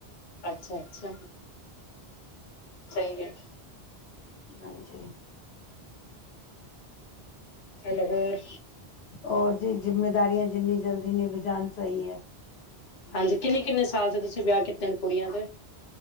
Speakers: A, on the left; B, on the left.
A: ਅੱਛਾ-ਅੱਛਾ। ਸਹੀ।
B: ਹਾਂ ਜੀ,
A: ਸਨਗਰ
B: ਔਰ ਜੀ ਜ਼ਿੰਮੇਦਾਰੀਆਂ ਜਿੰਨੀ ਜਲਦੀ ਨਿਭ ਜਾਣ ਸਹੀ ਆ।
A: ਹਾਂਜੀ ਕਿੰਨੇ ਕਿੰਨੇ ਸਾਲ ਚ ਤੁਸੀਂ ਵਿਆਹ ਕੀਤੇ ਨੇ ਕੁੜੀਆਂ ਦੇ?